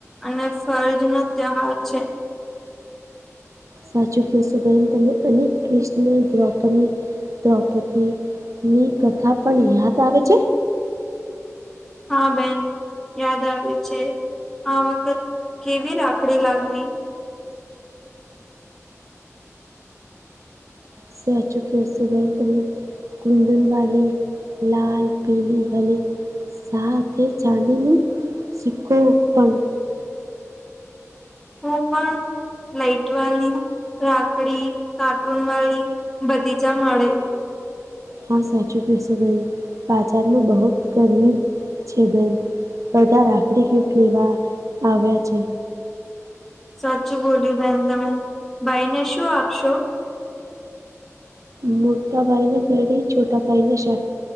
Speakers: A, in the centre; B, on the right (about 75°).
A: અને ફરજ નો તહેવાર છે.
B: સાચું કહેશો બહેન તમે અને કૃષ્ણના દ્રૌપદી દ્રૌપદીની કથા પણ યાદ આવે છે.
A: હા બેન યાદ આવે છે આ વખત કેવી રાખડી લાવવી?
B: સાચું કહો છો બેન તમે કુંદન વાલી લાલ, પીલી, હલી સાથે ચાંદીનું સીકકો પણ
A: ઓ પણ લાઇટ વાલી રાખડી, કાર્ટૂન વાલી બધીજા મળે.
B: હા સાચું કેશો બેન બાજારમાં બહુ ગરમી છે બેન બધા રાખડી ગિફ્ટ લેવા આવ્યા છે.
A: સાચું બો‌‌લ્યુ બેન તમે ભાઈને શું આપશો??
B: મોટા ભાઈને ઘડી, છોટા ભાઈને શર્ટ